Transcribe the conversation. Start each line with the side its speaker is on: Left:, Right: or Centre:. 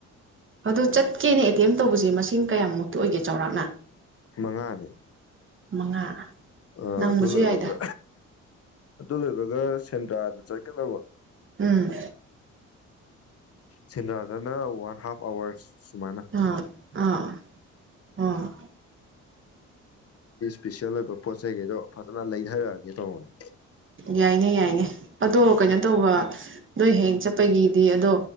Right: ꯑꯗꯨ ꯆꯠꯀꯦꯅꯦ ꯦꯝ ꯇꯧꯕꯁꯦ ꯃꯁꯤꯡ ꯀꯌꯥꯃꯨꯛꯇ ꯑꯣꯏꯒꯅꯤꯦ ꯆꯥꯎꯔꯥꯛꯅ
Left: ꯃꯉꯥꯅꯤ
Right: ꯃꯉꯥ
Left: ꯑ
Right: ꯅꯪꯕꯁꯨ
Left: ꯑꯗꯨ ꯂꯣꯏꯕꯒ
Right: ꯌꯥꯏꯗ
Left: ꯑꯗꯨ ꯂꯣꯏꯕꯒ ꯁꯦꯟꯗ꯭ꯔꯥꯗ ꯆꯠꯀꯗꯧꯕ
Right: ꯎꯝ
Left: ꯁꯦꯟꯗ꯭ꯔꯥꯗꯅ ꯋꯥ ꯑꯦꯟ ꯍꯥꯐ ꯑꯋꯥꯔꯁ ꯁꯃꯅ
Right: ꯑꯥ ꯑꯥ ꯑꯥ
Left: ꯏꯁꯄꯤꯁꯦꯜ ꯑꯣꯏꯕ ꯄꯣꯠ ꯆꯩꯀꯩꯒꯩꯗꯣ ꯐꯖꯅ ꯂꯩꯊꯔꯛꯑꯒꯦ ꯇꯧꯕꯅꯦ
Right: ꯌꯥꯏꯅꯦ ꯌꯥꯏꯅꯦ ꯑꯗꯣ ꯀꯩꯅꯣ ꯇꯧꯕ ꯅꯣꯏ ꯍꯦꯛ ꯆꯠꯄꯒꯤꯗꯤ ꯑꯗꯣ